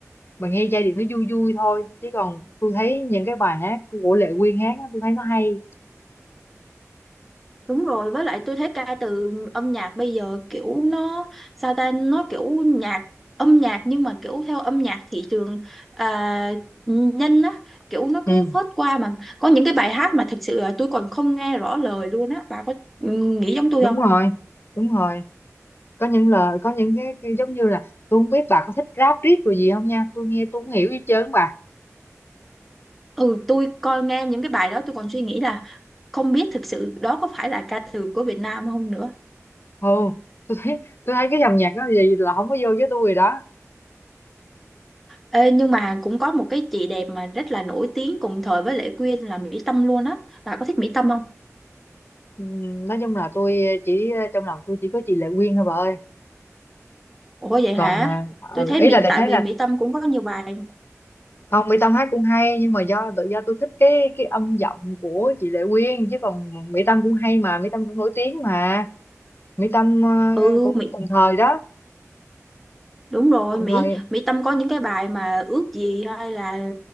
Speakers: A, on the left; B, in the centre.
A: bà nghe giai điệu nó vui vui thôi chứ còn tôi thấy những cái bài hát của Lệ Quyên hát á, tôi thấy nó hay
B: Đúng rồi, với lại tôi thấy ca từ âm nhạc bây giờ kiểu nó sao ta nó kiểu nhạc âm nhạc nhưng mà kiểu theo âm nhạc thị trường à, nhanh á, kiểu nó
A: ừ
B: cứ phớt qua mà có những cái bài hát mà thật sự là tôi còn không nghe rõ lời luôn á, bà có ừ, nghĩ giống tôi
A: đúng
B: không?
A: rồi đúng rồi có những lời có những cái, cái giống như là tôi không biết bà có thích rap riết rồi gì không nha tôi nghe tôi không hiểu gì hết trơn bà
B: Ừ, tôi coi nghe những cái bài đó tôi còn suy nghĩ là không biết thực sự đó có phải là ca từ của Việt Nam không nữa.
A: ừ tôi thấy tôi thấy cái dòng nhạc đó gì là không có vô với tôi rồi đó
B: Ê, nhưng mà cũng có một cái chị đẹp mà rất là nổi tiếng cùng thời với Lệ Quyên là Mỹ Tâm luôn á. Bà có thích Mỹ Tâm không?
A: Ừm, nói chung là tôi ờ, chỉ ờ, trong lòng tôi chỉ có chị Lệ Quyên thôi bà ơi
B: Ủa vậy
A: còn
B: hả?
A: à,
B: Tôi
A: ừ,
B: thấy
A: ý
B: Mỹ
A: là đại
B: tại
A: khái
B: vì
A: là
B: Mỹ Tâm cũng có nhiều bài.
A: không Mỹ Tâm hát cũng hay nhưng mà do tự do tôi thích cái cái âm giọng của chị Lệ Quyên chứ còn Mỹ Tâm cũng hay mà Mỹ Tâm cũng nổi tiếng mà Mỹ Tâm ờ,
B: Ừ,
A: cũng
B: Mỹ
A: cùng thời đó
B: đúng rồi,
A: cùng
B: Mỹ
A: thời
B: Mỹ Tâm có những cái bài mà ước gì hay là